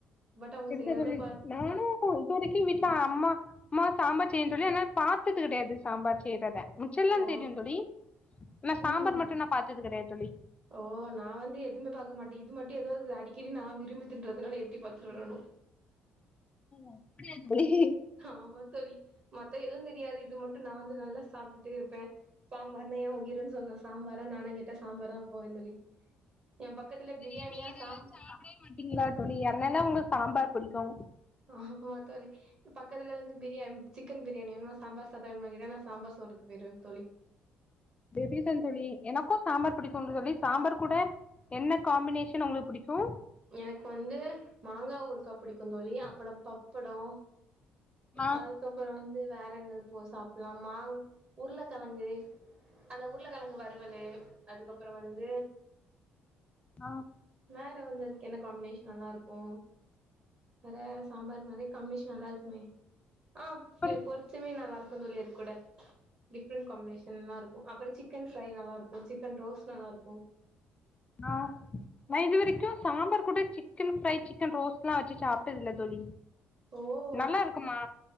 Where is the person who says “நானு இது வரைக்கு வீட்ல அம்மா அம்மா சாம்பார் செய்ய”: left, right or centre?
Left